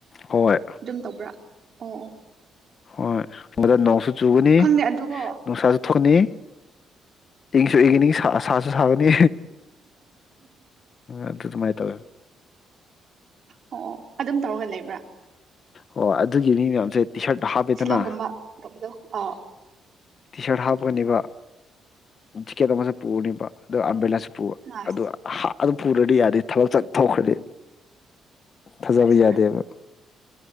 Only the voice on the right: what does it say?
ꯑꯗꯨꯝ ꯇꯧꯕ꯭ꯔꯥ ꯑꯣ ꯑꯣ
ꯈꯪꯗꯦ ꯑꯗꯨꯀꯣ
ꯑꯣ ꯑꯣ ꯑꯗꯨꯝ ꯇꯧꯔꯒ ꯂꯩꯕ꯭ꯔꯥ
ꯁꯤꯂꯣꯡꯒꯨꯝꯕ ꯇꯧꯕꯗꯣ ꯑꯥꯎ
ꯑꯁ
ꯑꯁ
ꯑꯁ